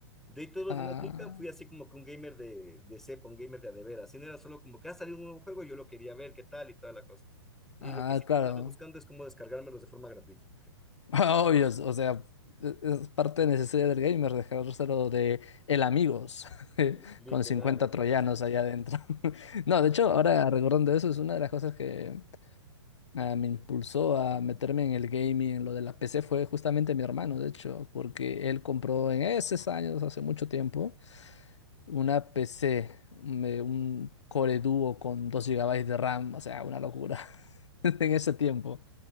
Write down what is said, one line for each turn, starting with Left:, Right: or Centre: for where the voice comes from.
Centre: De todos los
Left: Ah,
Centre: demás, nunca fui así como que un gamer de, de cepa, un gamer de a de veras, sino era solo como que ha salido un nuevo juego, yo lo quería ver, qué tal y toda la cosa. Y
Left: ah,
Centre: lo que siempre
Left: claro.
Centre: andaba buscando es cómo descargármelos de forma gratuita.
Left: Ah, Obvio, o sea, e- es parte necesaria del gamer dejárselo de el amigos <laughs>
Centre: <laughs> Literal.
Left: con 50
Centre: ajá.
Left: troyanos
Centre: Claro,
Left: allá adentro. <laughs> No, de hecho, ahora recordando eso, es una de las cosas que ah, me impulsó a meterme en el gaming, en lo de la PC, fue justamente mi hermano, de hecho, porque él compró en esos años, hace mucho tiempo, una PC, me- un Core Duo con 2 gigabytes de RAM, o sea, una locura <laughs> en ese tiempo.